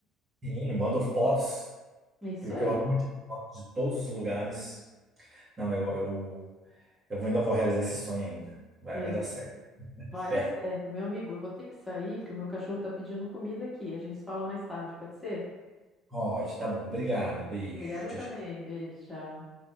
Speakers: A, on the right; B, in the centre.
A: Sim, eu mando fotos,
B: Isso
A: porque
B: aí.
A: eu amo tirar fotos de todos os lugares. Não, eu, eu, eu vou- ainda vou realizar esse sonho ainda. Vai,
B: É
A: vai
B: Isso.
A: dar certo.
B: Vai
A: Fé.
B: dar certo. Meu amigo, eu vou ter que sair porque o meu cachorro está pedindo comida aqui. A gente se fala mais tarde, pode ser?
A: Pode, tá bom. Obrigado. Beijo.
B: Obrigada
A: Tchau,
B: também.
A: tchau.
B: Beijo, tchau.